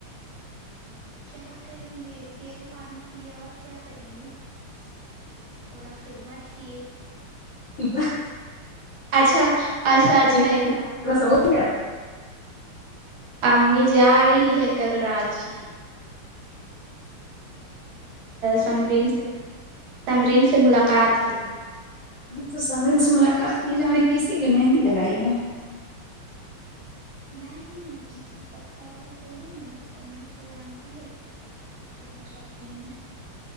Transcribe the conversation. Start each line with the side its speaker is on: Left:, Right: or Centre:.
Right: کیا کریں گے تیل پانی کی اور کیا کریں گے تھوڑا خدمت کیے
Left: بس
Right: اچھا اچھا اچھا
Left: تھوڑا
Right: ایک بات
Left: سا ہو گیا
Right: امی جا رہی ہے کل رانچی سمرین سے سمرین سے ملاقات کے لیے
Left: تو سمرین سے ملاقات کی جا رہی تھی اسی لیے مہندی لگائی ہے
Right: نہیں
Left: تو
Right: کتا والا توڑی نا تو امی تو جانتی ہے کتنا شوقین ہے